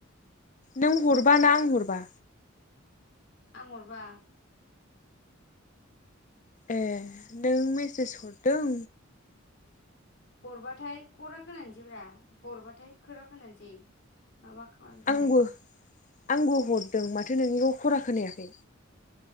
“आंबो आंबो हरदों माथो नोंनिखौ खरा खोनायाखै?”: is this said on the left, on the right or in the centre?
Left